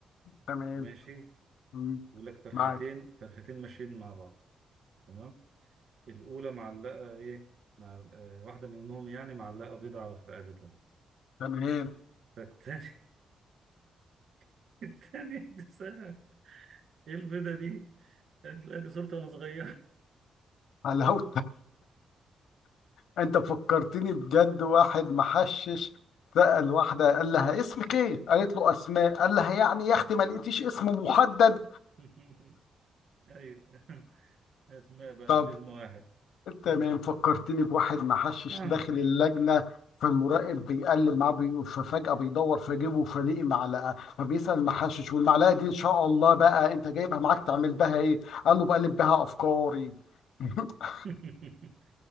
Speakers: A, on the left; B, on the right.
A: تمام
B: ماشي
A: مم.
B: بيقول لك فرختين
A: معاك
B: فرختين ماشيين مع بعض تمام الأولى معلقة إيه مع آه، واحدة منهم يعني معلقة بيضة في رقبتها
A: تمام
B: فالتاني <laughs> التاني دي سنة ايه البيضة دي؟ قالت لا دي صورتي وانا صغير
A: على هو انت فكرتني بجد واحد محشش سأل واحدة قال لها اسمك ايه؟ قالت له اسماء قال لها يعني يا اختي ما لقيتيش اسم محدد؟
B: <laughs> ايوه اسماء بقى
A: طب
B: مش اسم واحد
A: انت
B: مم.
A: ما فكرتني بواحد محشش
B: آه.
A: داخل اللجنة فالمراقب بيقلب معاه بي... ففجأة بيدور في جيبه فلاقي معلقة فبيسأل المحشش والمعلقة دي ان شاء الله بقى انت جايبها معاك تعمل بها ايه؟ قال له بقلب بها افكاري <laughs>
B: <laughs>